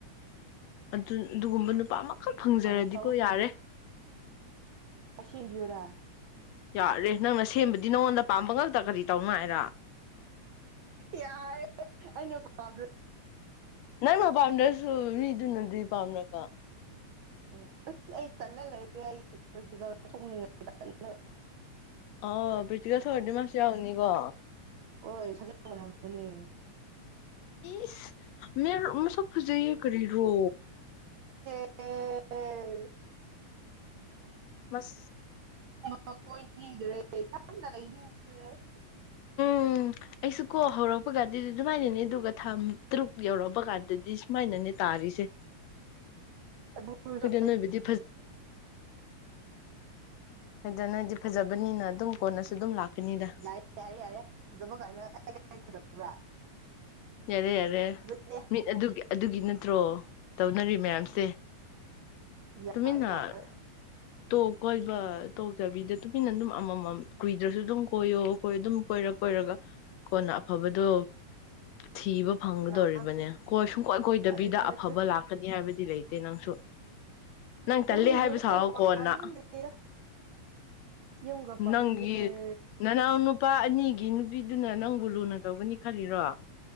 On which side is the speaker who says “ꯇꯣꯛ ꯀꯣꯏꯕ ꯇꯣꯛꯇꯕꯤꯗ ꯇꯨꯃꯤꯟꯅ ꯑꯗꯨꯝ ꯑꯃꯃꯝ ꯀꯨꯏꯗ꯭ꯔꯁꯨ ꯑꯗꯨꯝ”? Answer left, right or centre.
Left